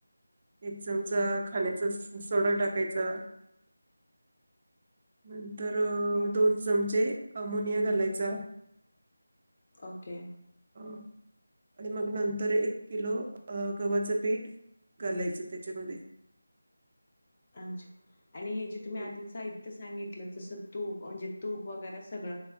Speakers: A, on the right; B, on the left.
A: एक चमचा खाण्याचा स स सोडा टाकायचा. नंतर
B: हम्म
A: दोन चमचे अमोनिया घालायचा.
B: ओके.
A: अ आणि मग नंतर एक किलो अ गव्हाचं पीठ घालायचं त्याच्यामध्ये
B: अच्छा आणि हे जे तुम्ही
A: हम्म
B: आधी साहि त्य सांगितलं जस तूप म्हणजे तूप वगैरां सगळं